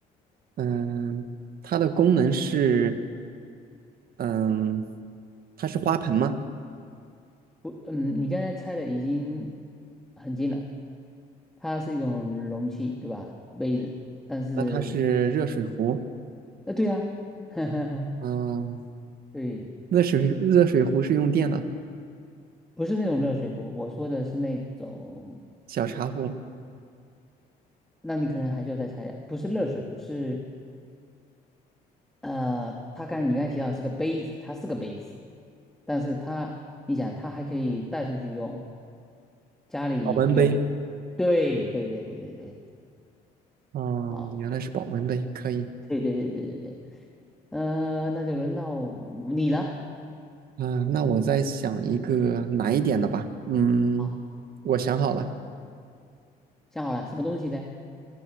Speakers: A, on the right (about 60°); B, in the centre.
A: 嗯，它的功能是，嗯，它是花盆吗？
B: 不，嗯，你刚才猜的已经很近了，它是一种容器，对吧？杯子，但是，
A: 那它是热水壶。
B: 呃，对啊，<laughs>
A: 嗯，
B: 对，
A: 热水热水壶是用电的，
B: 不是那种热水壶，我说的是那种，
A: 小茶壶，
B: 那你可能还需要再猜一下，不是热水壶，是呃，它刚你刚才提到是个杯子，它是个杯子，但是它，你想，它还可以带出去用，家里用，
A: 保温杯。
B: 对对对对对对，
A: 哦，
B: 好，
A: 原来是保温杯，可以。
B: 对对对对对对，呃，那就轮到你了，
A: 啊，那我再想一个难一点的吧。嗯，
B: 好，
A: 我想好了。
B: 想好了什么东西嘞？